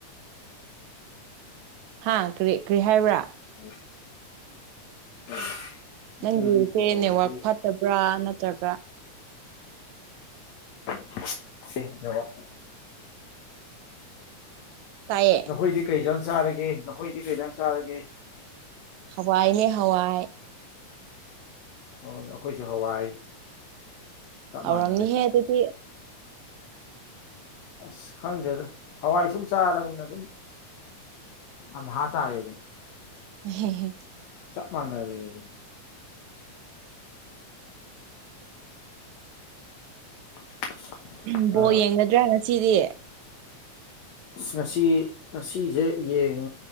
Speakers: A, on the right; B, on the left.
A: ꯍꯥ ꯀꯔꯤ ꯀꯔꯤ ꯍꯥꯏꯕ꯭ꯔꯥ
B: <unintelligible> <unintelligible> ꯅꯈꯣꯏꯗꯤ
A: ꯅꯪꯒꯤꯁꯦ
B: ꯀꯩ ꯇꯧꯔꯒꯦ
A: ꯅꯦꯠꯋꯥ꯭ꯔꯛ ꯐꯠꯇꯕ꯭ꯔꯥ ꯅꯠꯇ꯭ꯔꯒ
B: <unintelligible> ꯅꯦꯠꯋꯥ꯭ꯔꯛ
A: ꯇꯥꯏꯌꯦ
B: ꯅꯈꯣꯏꯗꯤ ꯀꯩ ꯍꯦꯟꯖꯥꯡ ꯆꯥꯔꯒꯦ ꯅꯈꯣꯏꯗꯤ ꯀꯩ ꯍꯦꯟꯖꯥꯡ ꯆꯥꯔꯒꯦ
A: ꯍꯋꯥꯏꯅꯦ ꯍꯋꯥꯏ
B: ꯍꯣꯏ ꯑꯩꯈꯣꯏꯁꯨ ꯍꯋꯥꯏ ꯆꯞ
A: ꯍꯥꯎꯔꯝꯅꯤꯍꯦ
B: ꯃꯥꯟꯅꯔꯦ
A: ꯑꯗꯨꯗꯤ
B: ꯑꯁ ꯈꯪꯗ꯭ꯔꯦꯗ ꯍꯋꯥꯏ ꯁꯨꯝ ꯆꯥꯔꯕꯅꯤꯅ ꯑꯗꯨꯝ ꯑꯝꯍꯥꯥ ꯇꯥꯔꯦꯑꯗꯨꯅꯤ
A: <unintelligible>
B: ꯆꯞ ꯃꯥꯟꯅꯔꯦ ꯑꯗꯨꯝ <unintelligible>
A: ꯎꯍꯝ
B: ꯑꯥ
A: ꯕꯣꯜ ꯌꯦꯡꯒꯗ꯭ꯔꯥ ꯉꯁꯤꯗꯤ
B: ꯑꯁ ꯉꯁꯤ ꯉꯁꯤꯁꯦ ꯌꯦꯡ